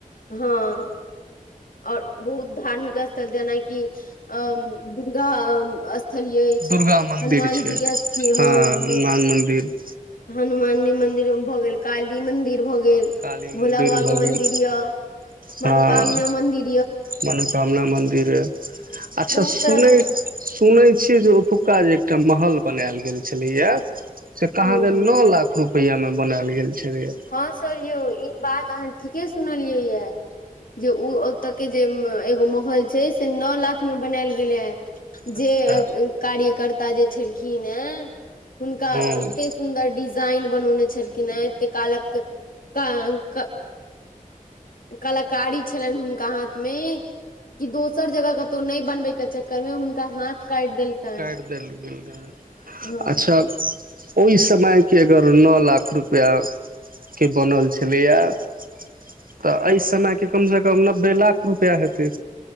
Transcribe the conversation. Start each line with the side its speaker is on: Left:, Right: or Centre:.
Left: हँ आओर बहुत धार्मिक स्थ जेना की अ दुर्गा स्थल अछि
Right: दुर्गा मन्दिर
Left: हनुमान
Right: छै
Left: जी
Right: हँ
Left: के स्थि
Right: हनुमान
Left: हँ
Right: मन्दिर
Left: हनुमान जी मंदिर भऽ गेल काली मंदिर भऽ गेल
Right: काली मन्दिर
Left: भोला बाबा
Right: भऽ
Left: के मन्दिर
Right: गेल
Left: यऽ मनोकामना
Right: हँ
Left: मन्दि
Right: मनोकामना मन्दिर अच्छा
Left: बहुत
Right: सुनै
Left: तरह से
Right: सुनै छियै जे ओतुका जे एकटा महल बनायल गेल छलैय ये से कहाँ
Left: हूं
Right: दैन नऽ लाख रुप रुपया मे बनायल गेल छलैया
Left: हँ सर यौ ई बात अहाँ ठीके सुनलियै यऽ जे ओ ओतए के जे एगो होल छै से नऽ लाख मे बनायल गेलै ह
Right: अच्छा
Left: जे कार्यकर् ता जे छलखिन ए हुनका
Right: हँ
Left: एते सुन्दर डि डिजाइन बनौने छलखिन हँ ते कालक कां क कलाकारी छलनि हुनका हाथ मे कि दोसर जगह कतहु नहि बनबै के चक्करमे हुनका हाथ काटि देलकनि
Right: काटि देल गेल रहै
Left: हँ
Right: अच्छा ओहि समयके अगर नऽ लाख रुपआके बनल छलैए तऽ एहि समयके कमसँ कम नब्बे लाख रुपैआ हेतै